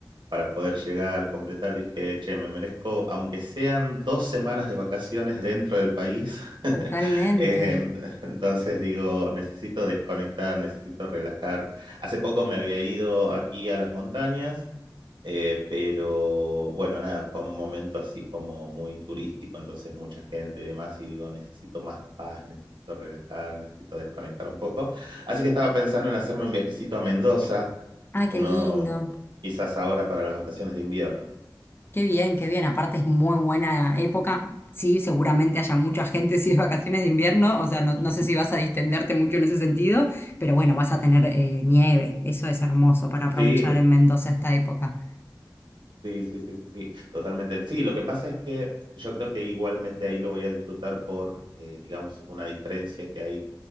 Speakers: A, on the right; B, on the left.
A: para poder llegar, completar. Dije, che, me merezco, aunque sean dos semanas de vacaciones dentro del país. <laughs>
B: Totalmente.
A: Eh, entonces digo, necesito desconectar, necesito relajar. Hace poco me había ido aquí a las montañas eh, pero bueno, nada, fue un momento así como muy turístico, entonces mucha gente y demás, y digo, necesito más paz, necesito relajar, necesito desconectar un poco. Así que estaba pensando en hacerme un viajecito a Mendoza,
B: Ah,
A: uno
B: qué lindo.
A: quizás ahora para las vacaciones de invierno.
B: Qué bien, qué bien. Aparte es muy buena época. Sí, seguramente haya mucha gente <laughs> si es vacaciones de invierno. O sea, no,
A: Ujú.
B: no sé si vas a distenderte mucho en ese sentido, pero bueno, vas a tener eh, nieve. Eso es hermoso para aprovechar
A: Sí,
B: en Mendoza esta época.
A: Sí, sí, sí, sí, sí, totalmente. Sí, lo que pasa es que yo creo que igualmente ahí lo voy a disfrutar por, eh, digamos, una diferencia que hay